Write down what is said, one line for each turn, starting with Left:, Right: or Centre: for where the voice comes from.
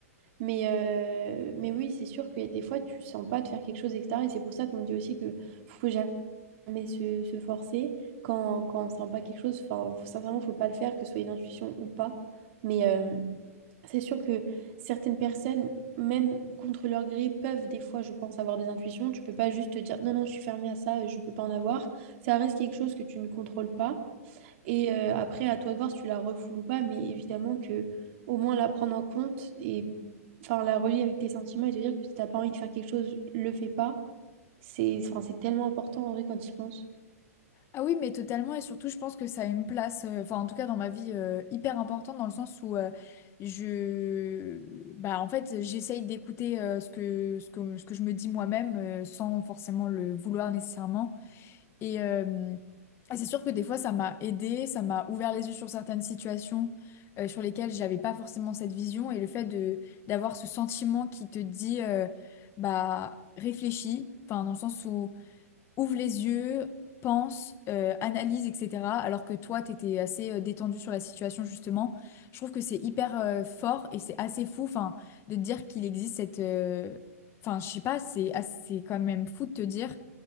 Right: Mais, euh, mais oui, c'est sûr qu'il y a des fois, tu sens pas de faire quelque chose, etc. Et c'est pour ça qu'on dit aussi que faut jamais jamais se, se forcer quand, quand on sent pas quelque chose. Enfin, faut- sincèrement, faut pas le faire, que ce soit une intuition ou pas. Mais euh, c'est sûr que certaines personnes, même contre leur gré, peuvent des fois, je pense, avoir des intuitions. Tu peux pas juste te dire non, non, je suis fermée à ça, je peux pas en avoir. Ça reste quelque chose que tu ne contrôles pas. Et euh, après, à toi de voir si tu la refoules ou pas. Mais évidemment que au moins la prendre en compte et enfin la relier avec tes sentiments et te dire que si t'as pas envie de faire quelque chose, le fais pas. C'est enfin, c'est tellement important en vrai quand tu y penses.
Left: Ah oui, mais totalement et surtout je pense que ça a une place, euh, enfin en tout cas dans ma vie euh, hyper importante dans le sens où euh, je, bah en fait j'essaye d'écouter euh, ce que, ce que, ce que je me dis moi-même euh, sans forcément le vouloir nécessairement. Et, euh, et c'est sûr que des fois, ça m'a aidé, ça m'a ouvert les yeux sur certaines situations euh, sur lesquelles j'avais pas forcément cette vision. Et le fait de d'avoir ce sentiment qui te dit, euh, bah, réfléchis, enfin, dans le sens où ouvre les yeux, pense, euh, analyse, etc. Alors que toi, t'étais assez euh, détendu sur la situation, justement. Je trouve que c'est hyper euh, fort et c'est assez fou, enfin, de te dire qu'il existe cette. euh, Enfin, je sais pas, c'est assez quand même fou de te dire